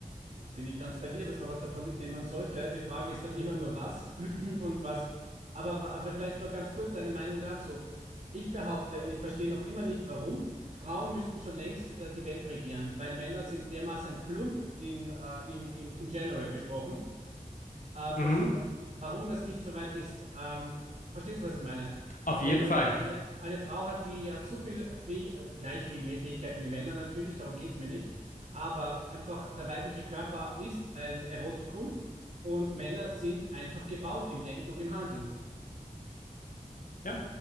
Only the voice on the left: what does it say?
Mhm.
Auf
jeden
Fall.
Ja,